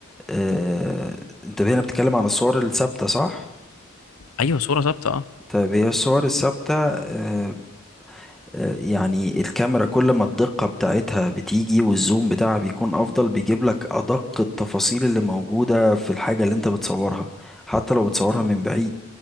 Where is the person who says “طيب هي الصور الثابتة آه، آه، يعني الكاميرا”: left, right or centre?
Centre